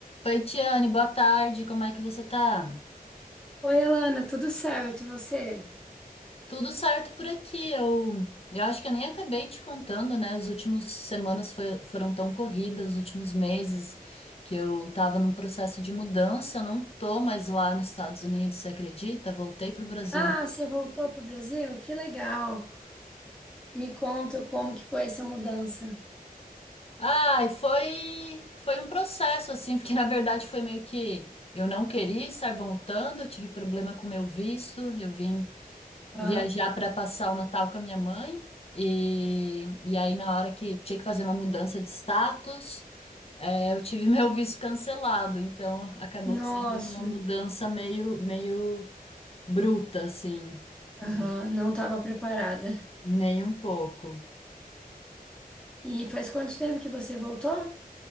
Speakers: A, on the left; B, in the centre.
A: Oi, Tiane, boa tarde, como é que você tá?
B: Oi, Alana, tudo certo? E você?
A: Tudo certo por aqui, eu, eu acho que eu nem acabei te contando, né? As últimas semanas foi- foram tão corridas, os últimos meses que eu tava num processo de mudança, eu não tô mais lá nos Estados Unidos, você acredita? Voltei pro Brasil.
B: Ah, você voltou para o Brasil? Que legal! Me conta como que foi essa mudança.
A: Ai, foi, foi um processo, assim, <laughs> porque na verdade foi meio que eu não queria estar voltando, eu tive problema com meu visto, eu vim.
B: Ah,
A: viajar para passar o Natal com a minha mãe. E, e aí, na hora que tinha que fazer uma mudança de status, é, eu tive <laughs> meu visto cancelado. Então, acabou
B: nossa,
A: que sendo uma mudança meio, meio bruta, assim,
B: aham, não estava preparada.
A: nem um pouco.
B: E faz quanto tempo que você voltou?